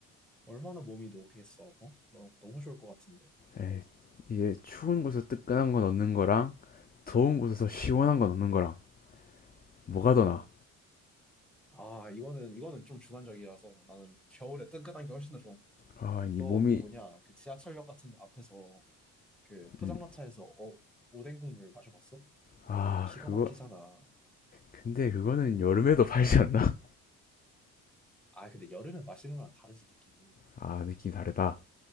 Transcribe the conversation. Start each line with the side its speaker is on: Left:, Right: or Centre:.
Centre: 얼마나 몸이 녹겠어, 어? 너무, 너무 좋을 것 같은데.
Left: 에이, 이제 추운 곳에서 뜨끈한 거 넣는 거랑 더운 곳에서 시원한 거 넣는 거랑 뭐가 더 나아?
Centre: 아, 이거는, 이거는 좀 주관적이라서 나는 겨울에 뜨끈한 게 훨씬 더 좋은 것 같아.
Left: 아, 이
Centre: 너
Left: 몸이
Centre: 그 뭐냐, 그 지하철역 같은 데 앞에서 그 포장마차에서
Left: 음.
Centre: 어, 오뎅 국물 마셔봤어?
Left: 아,
Centre: 기가
Left: 그거
Centre: 막히잖아.
Left: 근데 그거는 여름에도 <laughs> 팔지 않나?
Centre: 아, 근데 여름에 마시는 거랑 다르지, 느낌이.
Left: 아, 느낌이 다르다.